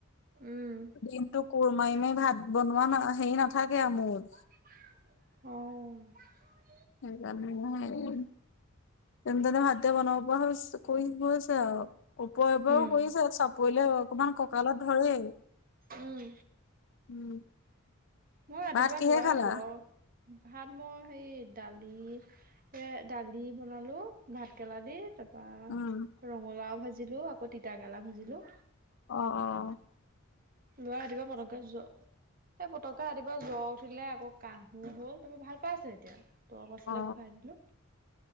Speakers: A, on the right (about 45°); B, on the left (about 60°).
A: উম,
B: দিনটো কোৰ মাৰি-মাৰি ভাত বনোৱা, না হেৰি নাথাকে আৰু মোৰ।
A: অ'।
B: সেইকাৰণে আৰু এই, যেনতেনে ভাতকেইটা বনাব পৰা হৈছোঁ। কৰি গৈছে আৰু ওপৰে-ওপৰেও
A: উম,
B: কৰিছে চব কৰিলে অকমান কঁকালত ধৰেই,
A: উম,
B: উম।
A: মোৰ ৰাতিপুৱা
B: ভাত কিহে
A: ল'ৰা
B: খালা
A: জ্বৰ। ভাত মই সেই দালি, এ দালি বনালো, ভাত কেৰেলা দি। তাৰপা
B: উম
A: ৰঙালাও ভাজিলো, আকৌ তিতাকেৰেলা ভাজিলো।
B: অ-অ'।
A: ল'ৰা ৰাতিপুৱা পতককে জ্বৰ এই পতককে ৰাতিপুৱা জ্বৰ উঠিলে, আকৌ কাহো হ'ল, তাৰপা ভাল পাইছে এতিয়া। দৰৱ আছিলে
B: অ
A: খুৱাই দিলোঁ।